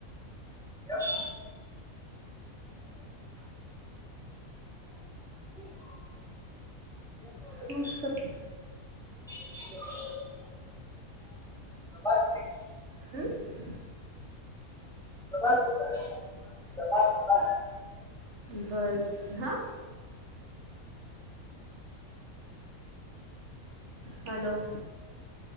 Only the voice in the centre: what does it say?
પ્રભાસ <inaudible>
<inaudible> બાસ.
બગાસું. દબાણ હોતા હૈ.